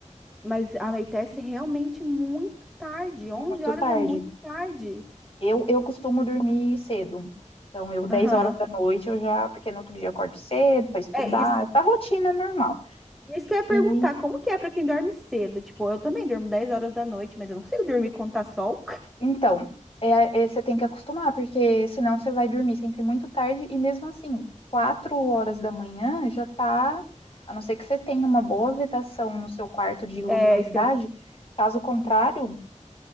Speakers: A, in the centre; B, on the left.
A: mas anoitece realmente muito tarde. Onze
B: muito
A: horas
B: tarde.
A: é muito tarde.
B: Eu, eu costumo dormir cedo. Então, eu dez
A: Aham.
B: horas da noite eu já, porque no outro dia eu acordo cedo para estudar,
A: É isso,
B: tá rotina normal.
A: isso que eu ia perguntar,
B: E
A: como que é pra quem dorme cedo? Tipo, eu também durmo 10 horas da noite, mas eu não consigo dormir quando tá sol. <laughs>
B: Então, é- é- você tem que acostumar, porque senão você vai dormir sempre muito tarde e mesmo assim, quatro horas da manhã já tá, a não ser que você tenha uma boa vedação no seu quarto de luminosidade,
A: É, isso que eu,
B: caso contrário,